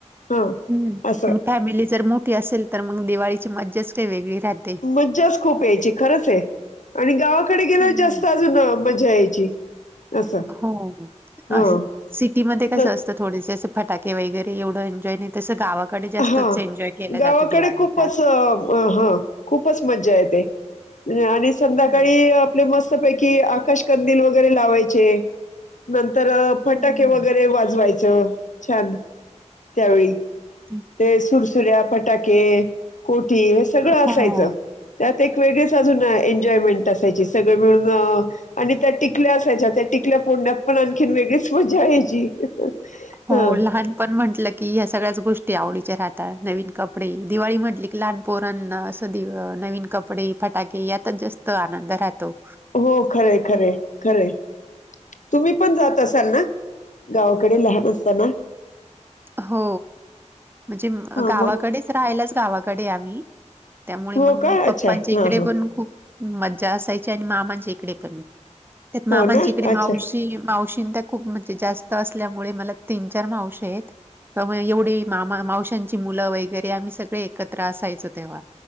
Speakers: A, on the left; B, on the right.
A: हां.
B: हम्
A: असं
B: आणि फॅमिली जर मोठी असेल तर मग दिवाळीची मज्जाच काही वेगळी राहते
A: मज्जाच खूप यायची खरंच आहे आणि गावाकडे गेल्यावर
B: हो.
A: जास्त अजून मज्जा यायची असं
B: हो आ
A: हां.
B: हेच सिटीमध्ये कसं
A: द
B: असतं थोडेसे असं फटाके वगैरे एवढं एन्जॉय नाही. तसं गावाकडे जास्तच
A: हा
B: एन्जॉय केला
A: गावाकडे
B: जातो दिवाळीचा.
A: खूपच हा खूपच मज्जा येते. आणि संध्याकाळी
B: हं.
A: आपले मस्तपैकी आकाशकंदील वगैरे लावायचे. नंतर फटाके
B: हं.
A: वगैरे वाजवायचं छान त्यावेळी
B: ह
A: ते सुरसुर्या, पटाके, कोठी हे सगळं
B: हो.
A: असायचं. त्यात एक वेगळीच अजून एन्जॉयमेंट असायची सगळे मिळून अ आणि त्या टिकल्या असायच्या त्या टिकल्या पोडण्यात पण आणखीन वेगळीच मज्जा यायची.
B: हो
A: हा
B: लहान पण म्हटलं की या सगळ्याच गोष्टी आवडीच्या राहतात नवीन कपडे दिवाळी म्हटले की लहान पोरांना असं दिव नवीन कपडे फटाके यातच जास्त आनंद राहतो.
A: हो खरं आहे खरं आहे खरं आहे. तुम्ही पण जात असाल ना गावाकडे लहान असताना
B: हो म्हणजे म
A: हा
B: गावाकडेच
A: मग
B: राहालाच गावाकडे आम्ही त्यामुळे
A: हो
B: मग,
A: का
B: पप्पांच्या
A: अच्छा
B: इकडे
A: हां हां
B: पण खूप मज्जा असायची आणि मामांच्या इकडे पण त्यात मामांच्या
A: हो ना
B: इकडे
A: अच्छा
B: मावशी मावशी <unintelligible> खूप म्हणजे जास्त असल्यामुळे मला तीन चार मावश्यायत तर म एवढी मामा, मावशांची मुलं वगैरे आम्ही सगळे एकत्र असायचो तेव्हा